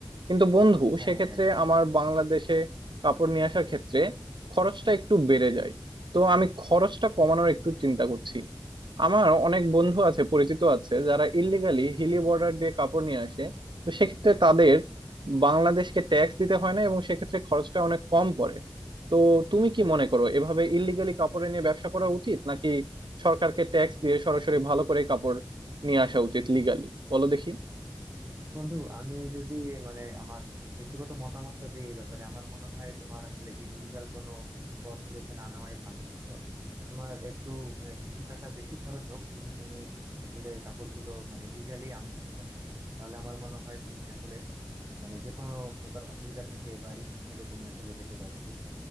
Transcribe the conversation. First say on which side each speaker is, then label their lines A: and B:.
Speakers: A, on the right (about 85°); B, on the right (about 40°).
A: কিন্তু বন্ধু
B: হ্যাঁ
A: সেক্ষেত্রে
B: হ্যাঁ হ্যাঁ।
A: আমার বাংলাদেশে কাপড় নিয়ে আসার ক্ষেত্রে খরচটা একটু বেড়ে যায় তো আমি খরচটা কমানোর একটু চিন্তা করছি আমার অনেক বন্ধু আছে পরিচিত আছে যারা ইল্লিগালি হিলি বর্ডার দিয়ে কাপড় নিয়ে আসে তো সেক্ষেত্রে তাদের বাংলাদেশকে ট্যাক্স দিতে হয় না এবং সেক্ষেত্রে খরচটা অনেক কম পড়ে তো তুমি কি মনে করো এভাবে ইল্লিগালি কাপড় নিয়ে ব্যবসা করা উচিত নাকি সরকারকে ট্যাক্স দিয়ে সরাসরি ভালো করে কাপড় নিয়ে আসা উচিত লিগালি বলো দেখি
B: বন্ধু আমি যদি মানে আমার ব্যক্তিগত মতামতটা দিই এই ব্যাপারে আমার মনে হয় তোমার আসলে ইললিগাল কোনো পথ বেছে না নেওয়াই ভালো বুঝছো তোমার একটু আহ, কিছু টাকা বেশি খরচ হোক কিন্তু তুমি আসলে কাপড়গুলো মানে লিগালি আমদানি করো তাহলে আমার মনে হয় তুমি আসলে মানে যে কোনো প্রকার অসুবিধা থেকে বা রিস্ক থেকে তুমি আসলে বেঁচে যাবে বুঝছো